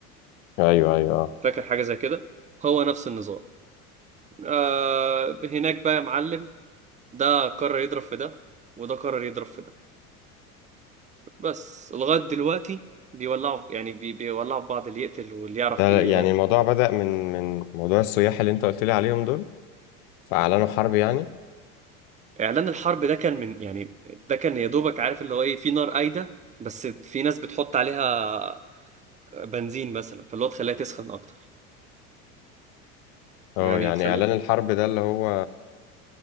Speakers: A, on the left; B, on the right.
A: ايوه ايوه اه
B: فاكر حاجه زي كده هو نفس النظام آه هناك بقى يا معلم ده قرر يضرب في ده وده قرر يضرب في ده بس لغايه دلوقتي بيولعوا في- يعني بي- بيولعوا في بعض اللي يقتل واللي يعرف
A: ده
B: ي...
A: يعني الموضوع بدأ من من موضوع السياح اللي انت قلت لي عليهم دول فاعلنوا حرب يعني
B: اعلان الحرب ده كان من يعني ده كان يا دوبك عارف اللي هو ايه في نار قايده بس في ناس بتحط عليها بنزين مثلا فاللي هو تخليها تسخن اكتر
A: اه
B: يعني
A: يعني
B: تخليها
A: اعلان الحرب ده اللي هو